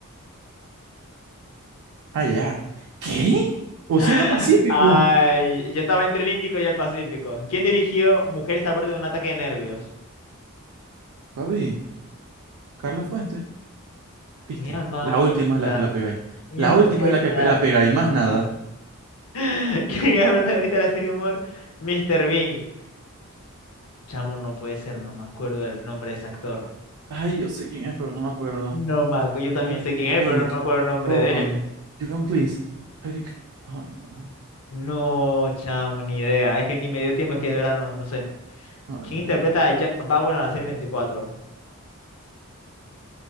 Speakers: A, on the right; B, on the left.
A: Ah, ya. ¿Qué?
B: <gasps>
A: Océano
B: <laughs>
A: Pacífico.
B: ay, yo estaba entre el Índico y el Pacífico. ¿Quién dirigió Mujeres a borde de un ataque de nervios?
A: Papi, Carlos Fuentes, viste.
B: Mi alma,
A: La última
B: Hexa,
A: es la que la pegáis.
B: mi
A: La
B: alma
A: última
B: Hexa.
A: es la que pe- la pegáis, más nada.
B: <laughs> ¿Quién es el protagonista de la serie de humor? Mr. Bean. Chamo, no puede ser, no me acuerdo el nombre de ese actor.
A: Ay, yo sé quién es, pero no me acuerdo.
B: No me acu- yo
A: Benny
B: también sé
A: Hill,
B: quién es,
A: Eric,
B: pero no me acuerdo el nombre
A: Rowan,
B: de él.
A: John Cleese, Eric. Ay, no.
B: No, chamo, ni idea. Es que ni me dio tiempo, es que de verdad no, no sé.
A: Ay,
B: ¿Quién
A: man.
B: interpreta a Jack Bauer en la serie 24?